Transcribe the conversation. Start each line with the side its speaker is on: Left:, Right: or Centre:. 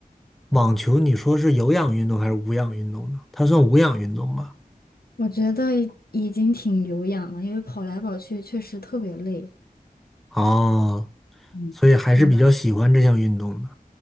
Centre: 网球你说是有氧运动还是无氧运动呢？它算无氧运动吧？
Left: 我觉得已已经挺有氧了，因为跑来跑去确实特别累。
Centre: 哦，
Left: 嗯，
Centre: 所以还是比较喜欢这项运动的。
Left: 然后，